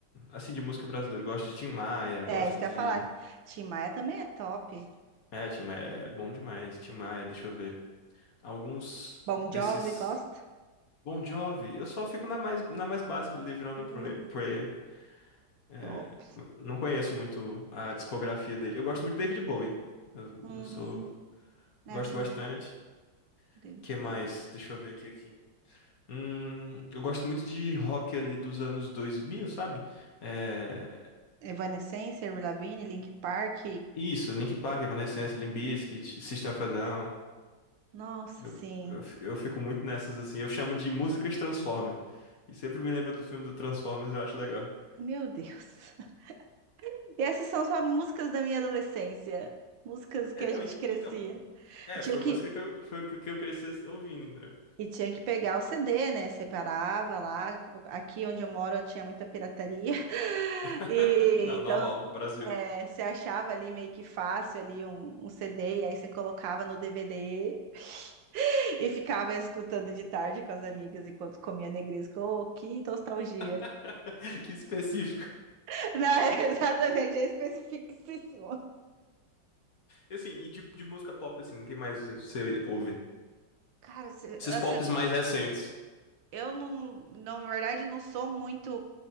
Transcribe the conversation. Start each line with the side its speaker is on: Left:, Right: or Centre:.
Left: assim, de música brasileira, eu gosto de Tim Maia,
Right: É,
Left: gosto
Right: isso que
Left: de...
Right: eu ia falar. Tim Maia também é top.
Left: É, Tim Maia é bom demais, Tim Maia, deixa eu ver. Alguns
Right: Bon
Left: desses...
Right: Jovi, gosta?
Left: Bon Jovi, eu só fico na mais, na mais básica, Live On
Right: Hum,
Left: A Prayer. É,
Right: top.
Left: não conheço muito a discografia dele. Eu gosto muito de David Bowie. Eu,
Right: Hum,
Left: eu sou,
Right: é,
Left: gosto
Right: só
Left: bastante.
Right: David
Left: Que mais?
Right: Bowie.
Left: Deixa eu ver aqui aqui. Hum, eu gosto muito de rock ali dos anos 2000, sabe? É,
Right: Evanescence, Avril Lavigne, Linkin Park.
Left: isso, Linkin Park, Evanescence, Limp Bizkit, System of a Down.
Right: Nossa,
Left: Eu,
Right: sim.
Left: eu, fi- eu fico muito nessas assim. Eu chamo de músicas Transformer. E sempre me lembra do filme do Transformers, eu acho legal.
Right: Meu Deus. <laughs> E essas são só músicas da minha adolescência. Músicas que
Left: É,
Right: a
Left: não,
Right: gente
Left: en-
Right: crescia.
Left: então, é,
Right: E tinha
Left: foi
Right: que,
Left: música que eu, foi, que eu cresci ouvindo, entendeu?
Right: e tinha que pegar o CD, né? Separava lá. Aqui onde eu moro eu tinha muita pirataria. <laughs>
Left: <laughs>
Right: E
Left: Não,
Right: então
Left: normal, o Brasil.
Right: É, você achava ali meio que fácil ali um, um CD, e aí você colocava no DVD <laughs> e ficava escutando de tarde com as amigas enquanto comia negresco. Oh, que nostalgia.
Left: <laughs> Que específico.
Right: <laughs> Não, é exatamente, é especificíssimo.
Left: E assim, e de, de música pop, assim, o que mais você ouve?
Right: Cara, se-
Left: Esses
Right: assim,
Left: pops mais recentes.
Right: eu não, não, na verdade, não sou muito,